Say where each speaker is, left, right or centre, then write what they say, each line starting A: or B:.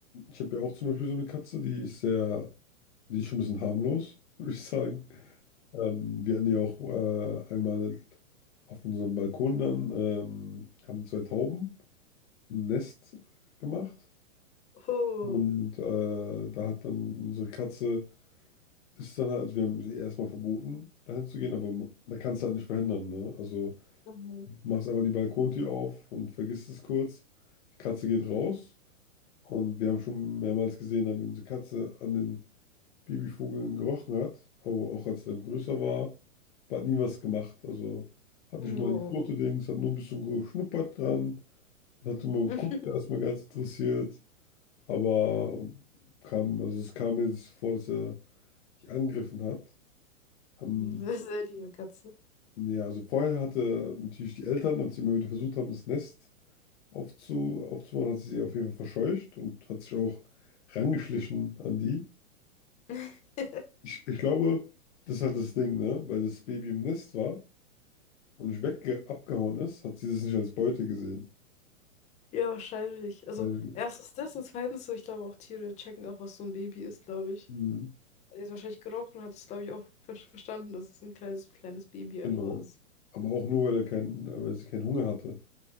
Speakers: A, on the left; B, on the left.
A: Ich habe ja auch zum Beispiel so eine Katze, die ist sehr, die ist schon ein bisschen harmlos, <laughs> würde ich sagen. Ähm, wir hatten ja auch äh, einmal auf unserem Balkon dann, ähm, haben zwei Tauben ein Nest gemacht.
B: Oh.
A: Und äh, da hat dann unsere Katze, ist dann halt, also wir haben sie erstmal verboten, dahin zu gehen, aber man kann es halt nicht verhindern, ne? Also.
B: Mhm.
A: machst einmal die Balkontür auf und vergisst es kurz. Die Katze geht raus und wir haben schon mehrmals gesehen, wie unsere Katze an den Babyvögeln gerochen hat, auch, auch als sie dann größer war, aber hat nie was gemacht. Also hat
B: Oh.
A: nicht mal die Fotodings, hat nur ein bisschen geschnuppert dran, hat immer geguckt,
B: <laughs>
A: erstmal ganz interessiert, aber kam, also es kam mir jetzt vor, dass er die angegriffen hat. Ähm,
B: Sehr, sehr liebe Katze.
A: ja, also vorher hatte natürlich die Eltern, als sie immer wieder versucht haben, das Nest aufzu, aufzubauen, hat sie sie auf jeden Fall verscheucht und hat sich auch rangeschlichen an die.
B: <laughs>
A: Ich, ich glaube, das ist halt das Ding, ne? Weil das Baby im Nest war und nicht wegge abgehauen ist, hat sie das nicht als Beute gesehen.
B: Ja, wahrscheinlich. Also
A: Weil,
B: erstens das und zweitens so, ich glaube auch Tiere checken auch, was so ein Baby ist, glaube ich.
A: Mhm.
B: Er hat jetzt wahrscheinlich gerochen und hat es, glaube ich, auch ver verstanden, dass es ein kleines, kleines Baby
A: genau.
B: einfach ist.
A: Aber auch nur, weil er kein, äh, weil sie keinen Hunger hatte.